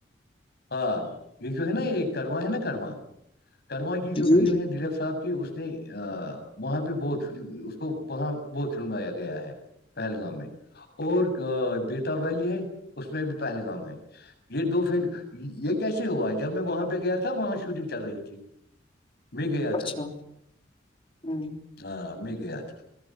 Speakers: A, on the left; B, on the left.
A: ہاں یہ جو ہے نا یہ کرما ہے نا کرما کرما کی جو
B: جی
A: فلم ہے دلیپ صاحب کی اس نے ا وہاں پہ بہت اس کو وہاں بہت سنوایا گیا ہے پہلگام ہے اور بیتاب ویلی ہے اس میں بھی پہلگام ہے یہ دو پھر یہ کیسے ہوا جب میں وہاں پہ گیا تھا وہاں سے شوٹنگ چل رہی تھی میں گیا
B: اچھا
A: تھا
B: ہ
A: ہاں میں گیا تھا